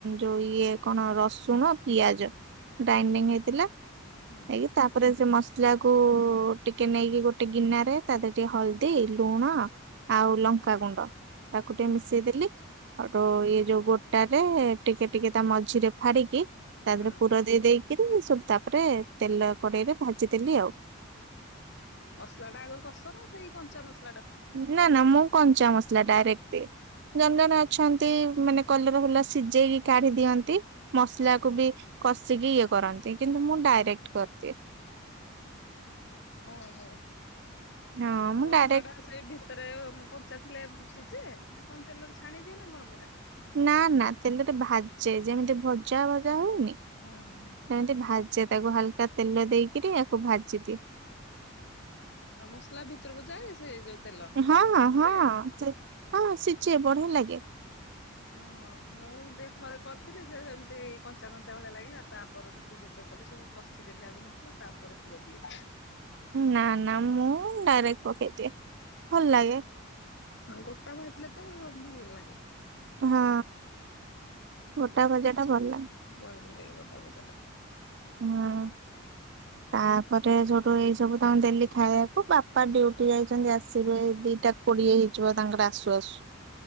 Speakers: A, on the right; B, on the left.
A: ଯୋଉ ଇଏ କଣ ରସୁଣ ପିଆଜ। ଗ୍ରାଇଣ୍ଡିଙ୍ଗ ହେଇଥିଲା।
B: ହୁଁ
A: ହେଇକି ତାପରେ ସେ ମସଲା କୁ ଟିକେ ନେଇକି ଗୋଟେ ଗିନାରେ ତା ଦେ ଟିକେ ହଳଦୀ ଲୁଣ ଆଉ ଲଙ୍କାଗୁଣ୍ଡ ତାକୁ
B: ହୁଁ
A: ଟିକେ ମିଶେଇଦେଲି। ହେଠୁ ଇଏ ଯୋଉ ଗୋଟା ରେ ଟିକେ ଟିକେ ତା ମଝିରେ ଫାଡିକି ତା
B: ହଁ।
A: ଦେହରେ ପୁର ଦେଇ ଦେଇକିରି ସବୁ ତାପରେ ତେଲ କଡେଇରେ ଭାଜିଦେଲି ଆଉ।
B: ମସଲା ଟା ଆଗ କସ ନା ସେଇ କଞ୍ଚା ମସ
A: ନା ନା ମୁଁ କଞ୍ଚା ମସଲା ଡାଇରେକ୍ଟ। ଜଣେ ଜଣେ ଅଛନ୍ତି ମାନେ କଲରା ହେଲା ସିଝେଇକି କାଢି ଦିଅନ୍ତି। ମସଲା
B: ହଁ
A: କୁ
B: ହଁ
A: ବି କଷିକି ଇଏ କରନ୍ତି। କିନ୍ତୁ ମୁଁ ଡାଇରେକ୍ଟ କରିଦିଏ।
B: ଓହୋ।
A: ହଁ
B: ମୁଁ ମସଲା
A: ଡାଇରେକ୍ଟ
B: ଟା ସେଇ ଭିତରେ କଞ୍ଚା ଥିଲେ ସିଜେ? ନା କଣ ତେଲରେ ଛାଣିଦିଅ ନା କଣ ପୁରା?
A: ନା ନା ତେଲ ଟେ ଭାଜେ। ଯେମିତି ଭଜା ଭଜା ହଉନି।
B: ହଁ ହଁ।
A: ସେମିତି ଭାଜେ ତାକୁ ହାଲକା ତେଲ ଦେଇକିରି ଆକୁ ଭାଜିଦିଏ।
B: ଆ ମସଲା ଭିତରକୁ ଯାଏ ସେ ଯୋଉ ତେଲ
A: ହଁ ହଁ
B: ସିଝିଯାଏ?
A: ହଁ ହଁ ସିଝେ ବଢିଆ ଲାଗେ।
B: ଓହୋ। ମୁଁ ଦେ ଥରେ କରିଥିଲି ଯେ ସେମିତି କଞ୍ଚା କଞ୍ଚା ଭଳିଆ ଲାଗିଲା ତାପର ଠୁ ଯେବେ କଲି ସବୁ କଷିଦେଲି ଆଗ ମସଲା ତାପରେ ପୁର ଦିଏ।
A: ନା ନା ମୁଁ ଡାଇରେକ୍ଟ ପକେଇ ଦିଏ। ଭଲ ଲାଗେ।
B: ହଁ ଗୋଟା ଭାଜିଲେ ତ ଭଲ ଲାଗେ।
A: ହଁ
B: ଗୋଟା
A: ଗୋଟା ଭଜା ଟା ଭଲ ଲଗେ।
B: ଭଲ ଲାଗେ ଗୋଟା ଭଜା ଟା।
A: ହଁ। ତାପରେ ସେଇଠୁ ଏଇ ସବୁ ତାଙ୍କୁ ଦେଲି ଖାଇବାକୁ। ବାପା ଡ୍ୟୁଟି ଯାଇଛନ୍ତି ଆସିବେ ଦିଟା କୋଡିଏ ହେଇଯିବ ତାଙ୍କର ଆସୁ ଆସୁ।